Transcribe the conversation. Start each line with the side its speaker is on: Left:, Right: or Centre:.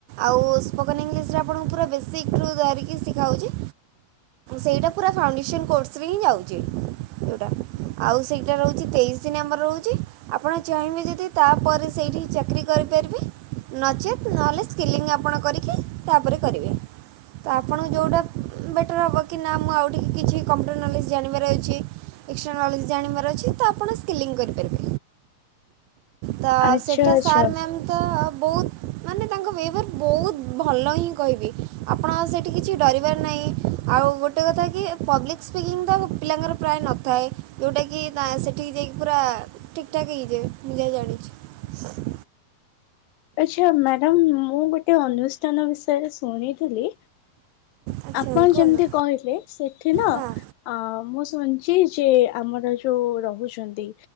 Right: ଆଉ ସ୍ପୋକେନ୍ ଇଂଲିଶ୍ ରେ ଆପଣଙ୍କର ପୁରା ବେସିକ୍ ରୁ ଧରିକି ଶିଖାହେଉଛି। ସେଇଟା ପୁରା ଫାଉଣ୍ଡେସନ କୋର୍ସରେ ହିଁ ଯାଉଛି। ଯୋଉଟା। ଆଉ ସେଇଟା ରହୁଛି ତେଇଶି ଦିନ ଆମର ରହୁଛି ଆପଣ ଚାହିଁବେ ଯଦି- ତାପରେ ସେଇଠି ଚାକିରି କରି ପାରିବେ। ନଚେତ୍ ନ ହେଲେ ସ୍କିଲିଂ ଆପଣ କରିକି ତାପରେ କରିବେ। ତ ଆପଣଙ୍କୁ ଯେଉଁଟା ବେଟର୍ ହେବ କି ନା ମୁଁ ଆଉ ଟିକେ କିଛି କମ୍ପ୍ୟୁଟର୍ ନଲେଜ ଜାଣିବାର ଅଛି। ଏକ୍ସଟ୍ରା ନୋଲେଜ ଜାଣିବାର ଅଛି ତ ଆପଣ ସ୍କିଲିଂ କରିପାରିବେ। ତ
Left: ଆଚ୍ଛା
Right: ସେଟା
Left: ଆଚ୍ଛା।
Right: ସାର୍ ମ୍ୟାମ୍ ତ ବହୁତ। ମାନେ ତାଙ୍କ ବ୍ୟବହାର ବହୁତ ଭଲ ହିଁ କହିବି। ଆପଣ ସେଇଠି କିଛି ଡରିବାର ନାହିଁ ଆଉ। ଗୋଟେ କଥା କି ପବ୍ଲିକ୍ ସ୍ପିକିଂ ତ ପିଲାଙ୍କର- ପ୍ରାୟ ନଥାଏ ଯେଉଁଟାକି ନା ସେଠିକି ଯାଇକି ପୁରା ଠିକ୍ ଠାକ୍ ହେଇଯିବେ ମୁଁ ଯା ଜାଣିଚି। <unintelligible>
Left: ଆଚ୍ଛା ମ୍ୟାଡ଼ାମ୍ ମୁଁ ଗୋଟେ ଅନୁଷ୍ଠାନ ବିଷୟରେ ଶୁଣିଥିଲି।
Right: ଆଚ୍ଛା
Left: ଆପଣ
Right: କୁହନ୍ତୁ
Left: ଯେମିତି କହିଲେ ସେଇଠିି ନା-
Right: ହଁ
Left: ଅଁ ମୁଁ ଶୁଣିଛି ଯେ ଆମର ଯୋଉ ରହୁଛନ୍ତି।